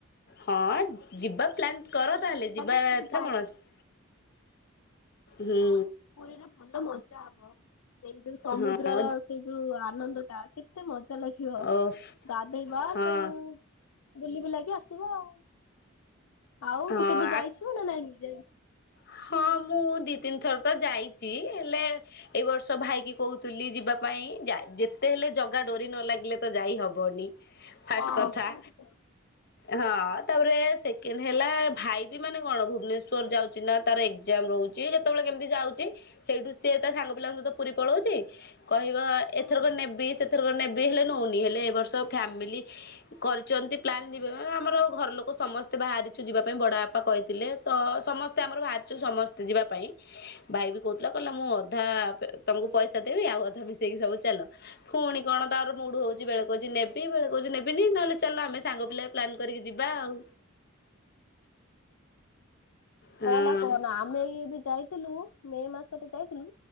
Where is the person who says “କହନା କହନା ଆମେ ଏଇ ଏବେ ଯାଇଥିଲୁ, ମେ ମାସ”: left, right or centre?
Left